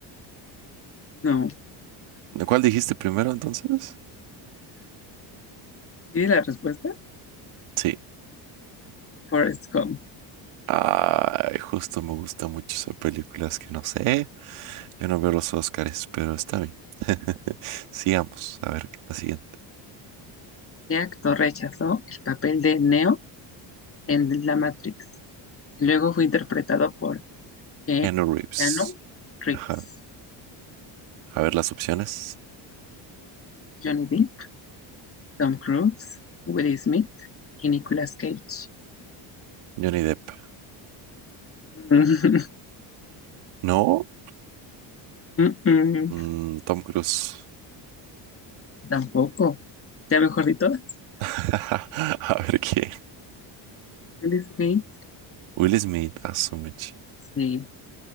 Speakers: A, on the left; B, on the right.
A: No.
B: ¿De ¿Cuál dijiste primero entonces?
A: ¿Quieres la respuesta?
B: Sí.
A: Forrest Gump.
B: Ay, justo me gusta mucho esas películas que no sé. Yo no veo los Oscars, pero está bien. <laughs> Sigamos. A ver, la siguiente.
A: ¿Qué actor rechazó el papel de Neo en La Matrix? Luego fue interpretado por Ke-
B: Keanu Reeves.
A: Keanu Reeves,
B: Ajá. A ver las opciones.
A: Johnny Depp, Tom Cruise, Will Smith y Nicolas Cage.
B: Johnny Depp.
A: Mm,
B: No.
A: <laughs> mm, mm,
B: Mm, Tom Cruise.
A: Tampoco. Ya mejor de todas.
B: <laughs> A ver qué.
A: Will Smith,
B: Will Smith, Asumich.
A: sí.